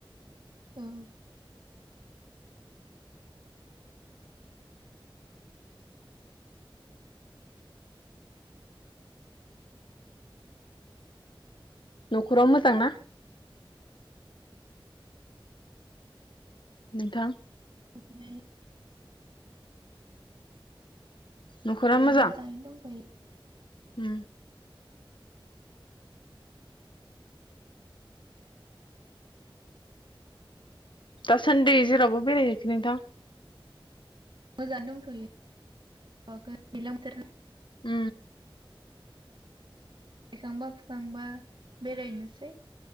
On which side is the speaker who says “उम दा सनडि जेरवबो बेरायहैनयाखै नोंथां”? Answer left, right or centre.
Left